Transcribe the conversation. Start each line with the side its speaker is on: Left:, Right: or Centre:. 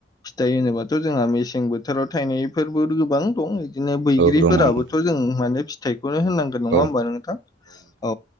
Left: फिथाइ होनोबाथ' जोंहा मेसें बो फोथोराव थायनायफोरबो गोबां दं बिदिनो बैग्रिफोराबोथ'
Right: औ दङ नोंथां
Left: जों माने फि बेखौनो होननांगोन नङा
Right: औ
Left: होमबा नोंथां औ